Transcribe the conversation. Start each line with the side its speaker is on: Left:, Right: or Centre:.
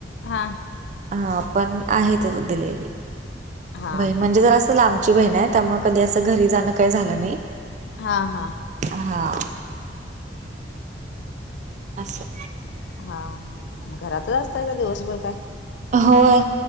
Left: हा
Right: हा पण आहे तिथ दिलेली
Left: हा
Right: बहीन.
Left: हा
Right: म्हणजे जर अस स लांबची बहीण आहे त्यामुळे कधी असं घरी जाणं काही झालं नाही.
Left: हा हा
Right: हां असं.
Left: हा, घरातच असताय का दिवसभर काय?
Right: होय